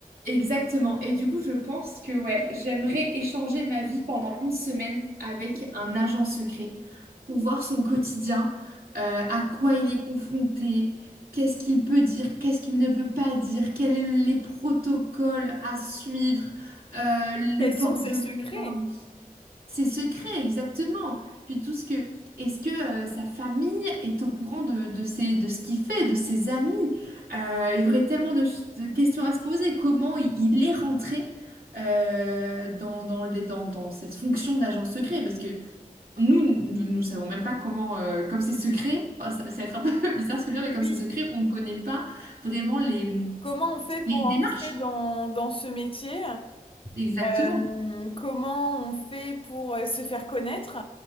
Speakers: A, on the right (about 85°); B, on the left (about 35°).
A: Exactement. Et du coup, je pense que ouais, j'aimerais échanger ma vie pendant une semaine avec un agent secret pour voir son quotidien, euh, à quoi il est confronté, qu'est-ce qu'il peut dire, qu'est-ce qu'il ne peut pas dire, quels sont les protocoles à suivre, euh, le
B: Quels
A: port
B: sont ses
A: de
B: secrets?
A: l'arme. Ses secrets, exactement. Puis tout ce que... Est-ce que euh, sa famille est au courant de, de, ses, de ce qu'il fait, de ses amis? Euh, il y aurait tellement de, ch- de questions à se poser. Comment il, il est rentré euh, dans, dans, les, dans, dans cette fonction d'agent secret? Parce que nous, nous ne savons même pas comment... euh, comme c'est secret, enfin, ça, ça va être un peu <laughs> bizarre ce que je veux dire, mais comme
B: Oui.
A: c'est secret, on ne connaît pas vraiment les,
B: Comment on fait
A: les
B: pour
A: démarches.
B: entrer dans, dans ce métier?
A: Exactement.
B: Euh, comment on fait pour euh, se faire connaître?